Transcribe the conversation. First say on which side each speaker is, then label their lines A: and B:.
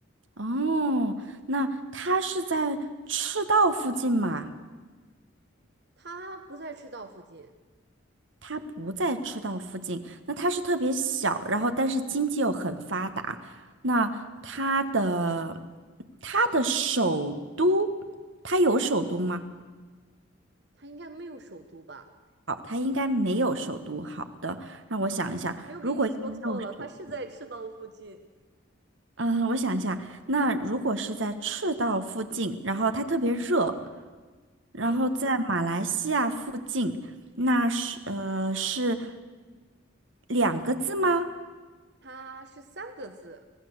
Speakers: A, on the right (about 70°); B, on the right (about 55°).
A: 哦，那它是在赤道附近吗？
B: 它不在赤道附近，
A: 它不在赤道附近，那它是特别小，然后但是经济又很发达。那它的它的首都，它有首都吗？
B: 它应该没有首都吧？
A: 哦，它应该没有首都。好的，让我想一下，
B: 没有给你说错了，
A: 如果又没有首
B: 它是在赤道附近。
A: 嗯，我想一下，那如果是在赤道附近，然后它特别热，然后在马来西亚附近，
B: 嗯，
A: 那是呃是两个字吗？
B: 它是三个字。